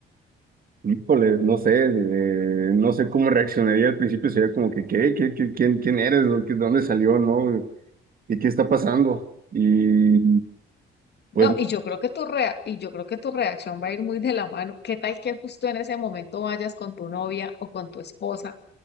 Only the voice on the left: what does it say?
No,
y yo creo que tu rea- y yo creo que tu reacción va a ir muy de la mano. ¿Qué tal que justo en ese momento vayas con tu novia o con tu esposa,